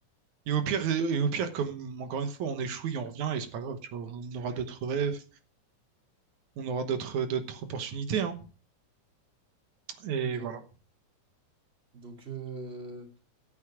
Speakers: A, on the right (about 75°); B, on the right (about 20°).
A: Et au pire, et au pire, comme encore une fois, on échoue et on revient, et c'est pas grave, tu vois. On aura d'autres rêves, on aura d'autres d'autres opportunités, hein. Et
B: Ok.
A: voilà.
B: Donc, euh,